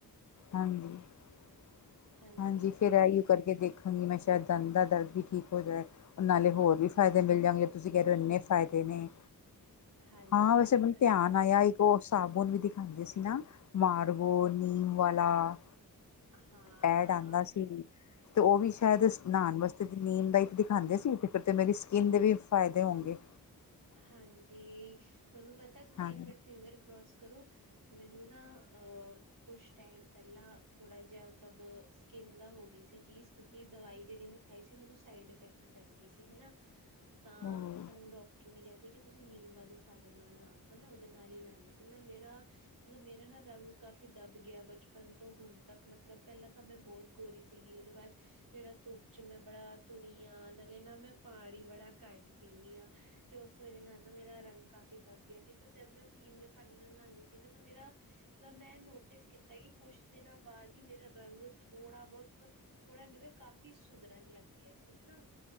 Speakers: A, on the left; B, on the right.
A: ਹਾਂਜੀ-ਹਾਂਜੀ
B: ਹਾਂਜੀ
A: ਫੇਰ ਐਈਓ ਕਰਕੇ ਦੇਖ ਮੈਂ ਸ਼ੇਯਦ ਦੰਦ ਦਾ ਦਰਦ ਵੀ ਠੀਕ ਹੋ ਜਾਏ। ਨਾਲੇ ਹੋਰ ਵੀ ਫਾਯਦੇ ਮਿਲ ਜਾਨਗੇ ਤੁਸੀ ਕੈ ਰੇ ਓ ਇੰਨੇ ਫਾਯਦੇ ਨੇ।
B: ਹਾਂਜੀ
A: ਹਾਂ, ਵੈਸੇ
B: ਉਹ
A: ਮਨੂੰ
B: ਤਾਂ
A: ਤੇਯਾਨ
B: ਨਹੀਂ
A: ਆਯਾ ਈ ਕ ਓ ਸਾਬੁਨ ਵੀ ਦਿਖਾਂਦੇ ਸੀ ਨਾ, ਮਾਰਵੋ ਨੀਮ ਵਾਲਾ।
B: ਹਾਂ
A: ਐਡ ਆਂਦਾ ਸੀ, ਤੇ ਓ ਵੀ
B: ਹਾਂ
A: ਸ਼ਾਯਦ ਇਸ ਨਾੱਨ ਵਾਸ ਨੀਮ ਦਾ ਈ ਦਿਖਾਂਦੇ ਸੀ, ਤੇ ਫੇਰ ਤੇ ਮੇਰੀ ਸਕਿੰਨ ਦੇ ਵੀ ਫਾਯਦੇ ਹੋਨਗੇ।
B: ਹਾਂਜੀ, ਤਆਨੂੰ ਪਤਾ ਤੁਸੀ
A: ਹਾਂ
B: ਇੱਕ ਮਿੰਟ ਫਿੰਗਰ ਕਰੋਸ ਕਰੋ ਮੈਨੂੰ ਨਾ ਅ ਕੁਛ ਟਾਈਮ ਪੈਲਾਂ ਥੋੜਾ ਜੇਆ ਸਬ ਸਕਿੰਨ ਦਾ ਹੋਗੀ ਸੀ ਚੀਜ਼, ਕਯੋਕਿ ਦਵਾਈ ਜੇੜੀ ਮੈਂ ਖਾਈ ਸੀ ਮੈਨੂੰ ਸਾਈਡ ਇਫੈਕਟ ਕਰ ਗੀ ਸੀ, ਹੈਨਾ। ਤਾਂ
A: ਉਹ
B: ਸਾਨੂੰ ਡਾਕਟਰ ਨੇ ਕਿਆ ਸੀ ਕਿ ਤੁਸੀਂ ਨੀਮ ਵਾਲੇ ਸਾਬਰ ਨਾਲ ਨਾਓ ਤਾਂ ਮੈਂ ਉਹਦੇ ਨਾਲ ਹੀ ਨਾੳਦੀ ਸੀ ਨਾਲ ਮੇਰਾ ਮਤਲਬ ਮੇਰਾ ਨਾ ਰੰਗ ਕਾਫੀ ਦੱਬ ਗਿਆ ਬਚਪਨ ਤੋਂ ਹੁਣ ਤੱਕ ਮਤਲਬ ਪਹਿਲਾਂ ਤਾਂ ਮੈਂ ਬੋਹਤ ਗੋਰੀ ਸੀ ਦੀ ਉਹਤੋਂ ਬਾਦ ਜਿਹੜਾ ਧੂਪ ਚ ਮੈਂ ਬੜਾ ਤੁਰੀ ਆ ਨਾਲੇ ਨਾ ਮੈਂ ਪਾਨੀ ਵੜਾ ਘੱਟ ਪੀਨੀ ਆ ਤੇ ਉਸ ਵਜੇਹ ਨਾਲ ਨਾ ਮੇਰਾ ਰੰਗ ਕਾਫ ਦੱਬ ਗਿਆ ਸੀ ਤੇ ਫੇਰ ਮੈਂ ਨੀਮ ਦੇ ਪਾਨੀ ਨਾਲ ਨਾੰਦੀ ਸੀ ਨਾ ਤੇ ਮੇਰਾ ਤਾਂ ਮੈਂ ਨੋਟਿਸ ਕੀਤਾ ਕਿ ਕੁਛ ਦਿਨਾਂ ਬਾਦ ਹੀ ਮੇਰਾ ਰੰਗ ਥੋੜਾ ਬੋਹਤ ਥੋੜਾ ਨੀਤੇ ਕਾਫੀ ਸੁਧਰਨ ਲੱਗ ਗਿਆ ਸੀ ਹਨਾ